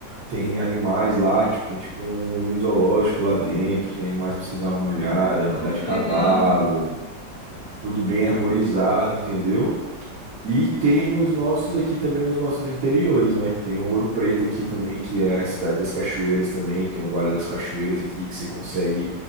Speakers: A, on the right; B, on the left.
A: Tem animais lá, tipo, tem tipo um mini zoológico lá dentro, tem animais pra você dar uma olhada, andar
B: Ai,
A: de
B: que
A: cavalo,
B: legal.
A: tudo bem arborizado, entendeu? E tem os nossos aqui também, os nossos interiores, né? Tem o Ouro Preto aqui também, que é a cidade das cachoeiras também. Tem o Vale das Cachoeiras aqui, que você consegue